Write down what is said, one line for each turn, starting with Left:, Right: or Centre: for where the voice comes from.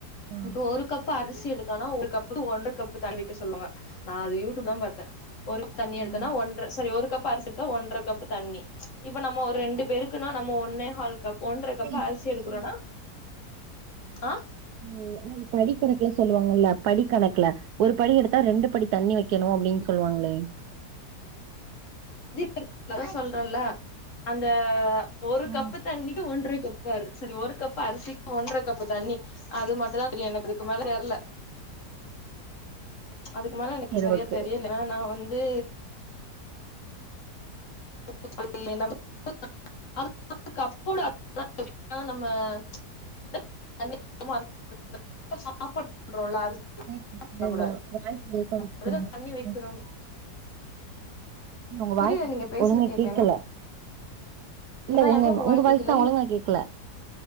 Right: ஆ.
Left: இப்போ ஒரு கப்பு அரிசி எடுத்தனா ஒரு கப்புக்கு ஒன்ற கப்பு தண்ணி வைக்க சொல்வாங்க நா அது யூடியூப் தா பாத்தே ஒரு தண்ணி எடுத்தன்னா
Right: ம்.
Left: ஒன்ற சாரி ஒரு கப் பரிசித்தோ ஒன்றகப்பு தண்ணி இப்ப நம்ம ஒரு ரெண்டு பேருக்குனா நம்ம ஒன்னே ஹால் கப் ஒன்ற
Right: இல்ல
Left: கப்
Right: இப்படிலாம்
Left: அரிசி எடுக்கறோனா ஆ
Right: ம் படிக் கணக்குல சொல்லுவாங்கல்ல படி கணக்குல ஒரு படி எடுத்தா ரெண்டு படி தண்ணி வைக்கணு அப்டின்னு சொல்வாங்ளே
Left: ஜிதக் நாதா சொல்றல அந்த ஒரு
Right: ஆ.
Left: கப்பு தண்ணிக்கு ஒன்றை கப் ப்பாரு சரி ஒரு கப்பு அரிசிக்கு ஒன்ற கப்பு தண்ணி அது மட்டு தா தெரியு எனக்கு அதுக்குமேல தெர்ல அதுக்கு மேல எனக்கு
Right: சரி
Left: சரியா
Right: ஓகே.
Left: தெரியல இப்ப நா வந்து <unintelligible> <unintelligible> நம்ம <unintelligible> சாப்பாட் போட்ரோல அரிசி
Right: இந்த
Left: <unintelligible>
Right: வா வாய்ஸ் பிரேக் ஆகுது
Left: இதுல
Right: உங்க
Left: தண்ணி
Right: வாய்ஸு.
Left: வைக்கிறோ
Right: உங்க
Left: புரியில
Right: வாய்ஸ்
Left: நீங்க பேசுர
Right: ஒழுங்கா
Left: கேக்கள
Right: கேட்கல.
Left: என்ன
Right: இல்ல
Left: அதா எனக்கு உங்க வாய்
Right: வாய்ஸ்
Left: கேக்கல
Right: தான் ஒழுங்கா கேட்கல.